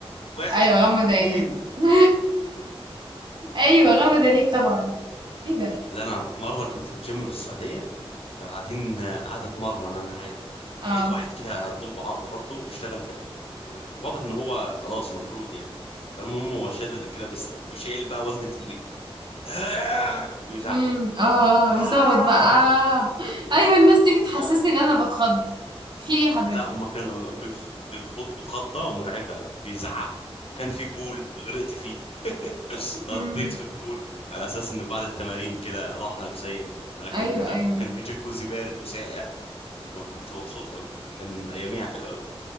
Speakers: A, on the left (about 65°); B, on the right (about 45°).
A: واحد
B: ايوه غمض
A: اتنين
B: عينك <laughs> ايوه غمض عينيك طبعا ايه ده
A: لا انا مره كنت في الجيم في السعوديه قاعدين قاعده اتمرن انا عادي
B: اه
A: لقيت واحد كده طول بعرض برضه بيشتغل في ال... واضح ان هو خلاص مفروض يعني فالمهم هو شادد كده بيست... بيشيل بقى وزن تقيل <laughs> ويزعق
B: امم اه اه يصوت
A: آه!
B: بقى آه. ايوه الناس دي بتحسسني
A: آه،
B: ان انا بتخض في ايه حضرتك
A: لا هما كانوا بيخ- بيخضوا خضة مرعبة بيزعقوا كان في بول غرقت فيه <laughs> نطيت
B: امم
A: في البول على اساس انه بعد التمارين كده راحه نفسيه ولكن
B: ايوه
A: ده
B: ايوه
A: كان في جاكوزي بارد وساقع وكنت مبسوط قوي كان اياميها حلوه قوي